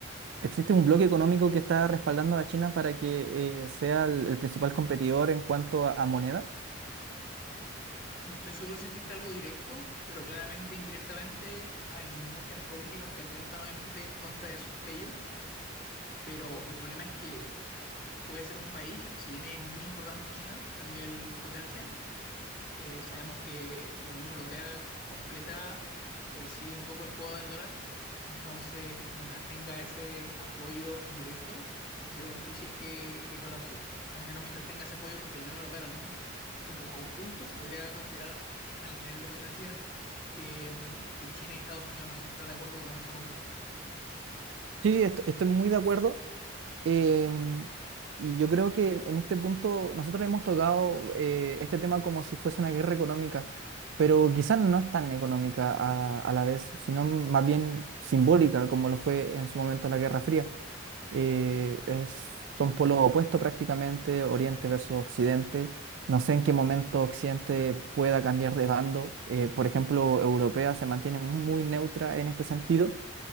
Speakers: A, on the right; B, on the left.
A: existe un bloque económico que está respaldando a China para que eh, sea el, el principal competidor en cuanto a, a moneda.
B: No estoy seguro si existe algo directo, pero claramente indirectamente hay muchas políticas que atentan obviamente en contra de, eso- de ello, pero el problema es que puede ser un país, si bien es muy importante China a nivel potencia, eh, sabemos que la Unión Europea completa eh, sigue un poco el juego del dólar, entonces mientras tenga ese apoyo indirecto, veo difícil que, que colapse, al menos mientras tenga ese apoyo, porque la Unión Europea también como conjunto se podría considerar al nivel de potencia que, que China y Estados Unidos, no sé si está de acuerdo en eso conmigo.
A: Sí, est- estoy muy de acuerdo. Em, y yo creo que en este punto nosotros hemos tocado eh, este tema como si fuese una guerra económica, pero quizás no es tan económica a, a la vez, sino más bien simbólica, como lo fue en su momento la Guerra Fría. Eh, es- son polos opuestos prácticamente, Oriente versus Occidente. No sé en qué momento Occidente pueda cambiar de bando. Eh, por ejemplo, Europea se mantiene muy neutra en este sentido.